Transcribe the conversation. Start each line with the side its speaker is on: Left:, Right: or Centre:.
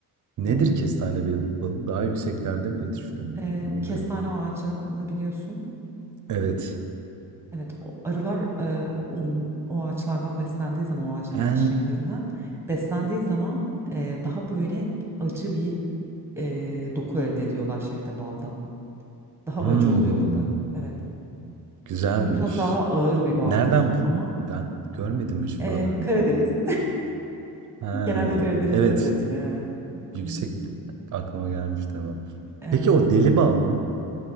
Right: Nedir
Centre: Evet.
Right: kestane bal- balığı? Daha yükseklerde mi yetişiyor?
Centre: Ee,
Right: Ne oluyor?
Centre: kestane ağacını biliyorsun.
Right: Evet.
Centre: Evet, o arılar e, on, o ağaçlardan beslendiği zaman o ağacın
Right: Ha.
Centre: çiçeklerinden beslendiği zaman e, daha böyle acı bir e, doku elde ediyorlar şeyde balda. Daha
Right: Hmm,
Centre: acı oluyor balı. Evet.
Right: Güzelmiş.
Centre: Böyle biraz daha ağır bir baldır
Right: Nereden bu
Centre: ama
Right: ben görmedim hiç
Centre: e,
Right: buralarda.
Centre: Karadeniz
Right: Ha,
Centre: <laughs> genelde Karadeniz'de
Right: evet.
Centre: üretiliyor evet.
Right: Yüksek
Centre: Hı hı.
Right: aklıma gelmiş tamam.
Centre: Evet,
Right: Peki o deli bal mı?